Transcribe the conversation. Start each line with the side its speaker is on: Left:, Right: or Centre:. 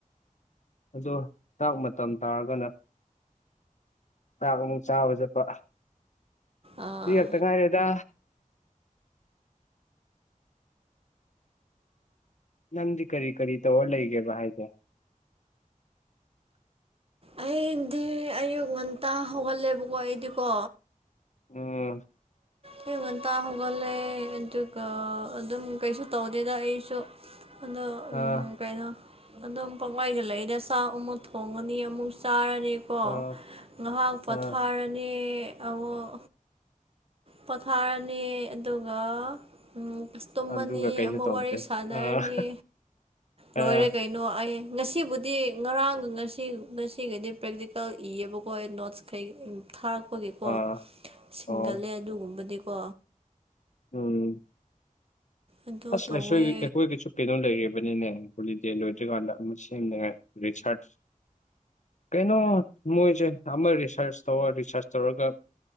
Left: ꯑꯗꯣ ꯆꯥꯛ ꯃꯇꯝ ꯇꯥꯔꯒꯅ ꯊꯥꯛ ꯑꯃꯨꯛ ꯆꯥꯕ ꯆꯠꯄ
Right: ꯑꯥ
Left: ꯄꯤ ꯈꯛꯇ ꯉꯥꯏꯔꯦꯗ ꯅꯪꯗꯤ ꯀꯔꯤ ꯀꯔꯤ ꯇꯧꯔ ꯂꯩꯒꯦꯕ ꯍꯥꯏꯁꯦ
Right: ꯑꯩꯗꯤ ꯑꯌꯨꯛ ꯉꯟꯇꯥ ꯍꯧꯒꯠꯂꯦꯕꯀꯣ ꯑꯩꯗꯤꯀꯣ
Left: ꯎꯝ
Right: ꯑꯌꯨꯛ ꯉꯟꯇꯥ ꯍꯧꯒꯠꯂꯦ ꯑꯗꯨꯒ ꯑꯗꯨꯝ ꯀꯩꯁꯨ ꯇꯧꯗꯦꯗ ꯑꯩꯁꯨ ꯑꯗꯨ ꯎꯝ
Left: ꯑꯥ
Right: ꯀꯩꯅꯣ ꯑꯗꯨꯝ ꯄꯛꯋꯥꯏꯗ ꯂꯩꯗ ꯆꯥꯛ ꯑꯃꯨꯛ ꯊꯣꯡꯉꯅꯤ ꯑꯃꯨꯛ ꯆꯥꯔꯅꯤ ꯀꯣ
Left: ꯑꯥ
Right: ꯉꯍꯥꯛ ꯄꯣꯊꯥꯔꯅꯤ
Left: ꯑꯥ
Right: ꯑꯃꯨꯛ ꯄꯣꯊꯥꯔꯅꯤ ꯑꯗꯨꯒ ꯎꯝ ꯇꯨꯝꯃꯅꯤ
Left: ꯑꯗꯨꯒ ꯀꯩꯁꯨ
Right: ꯑꯃꯨꯛ
Left: ꯇꯧꯗ꯭ꯔꯦ
Right: ꯋꯥꯔꯤ ꯁꯥꯟꯅꯔꯅꯤ
Left: ꯑꯥ
Right: ꯂꯣꯏꯔꯦ
Left: ꯑꯥ
Right: ꯀꯩꯅꯣ ꯀꯩꯅꯣ ꯑꯩ ꯉꯁꯤꯕꯨꯗꯤ ꯉꯔꯥꯡ ꯉꯁꯤ ꯉꯁꯤꯒꯗꯤ ꯄ꯭ꯔꯦꯛꯇꯤꯀꯦꯜ ꯏꯌꯦꯕꯀꯣ ꯅꯣꯠꯁ ꯀꯩ ꯊꯥꯔꯛꯄꯒꯤꯀꯣ
Left: ꯑꯥ
Right: ꯁꯤꯡꯒꯠꯂꯦ
Left: ꯑꯣ
Right: ꯑꯗꯨꯒꯨꯝꯕꯗꯤꯀꯣ
Left: ꯎꯝ
Right: ꯑꯗꯨ
Left: ꯑꯁ
Right: ꯇꯧꯋꯦ
Left: ꯑꯁꯣꯏ ꯑꯩꯈꯣꯢꯒꯤꯁꯨ ꯀꯩꯅꯣ ꯂꯩꯔꯤꯕꯅꯤꯅꯦ ꯍꯣꯂꯤꯗꯦ ꯂꯣꯏꯗ꯭ꯔꯤꯀꯥꯟꯗ ꯑꯃ ꯁꯦꯝꯗꯉꯥꯏ ꯔꯤꯆꯥꯔꯠ ꯀꯩꯅꯣ ꯃꯣꯏꯁꯦ ꯑꯃ ꯔꯤꯁꯔꯁ ꯇꯋꯣ ꯔꯤꯁꯥꯔꯁ ꯇꯧꯔꯒ